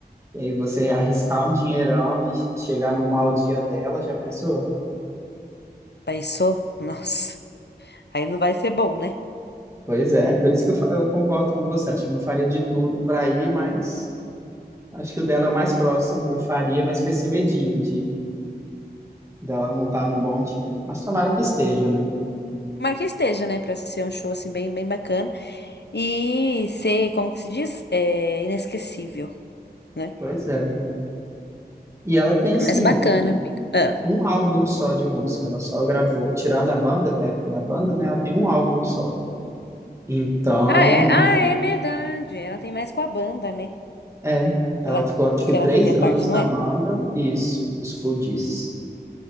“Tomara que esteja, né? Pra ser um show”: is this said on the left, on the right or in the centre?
Left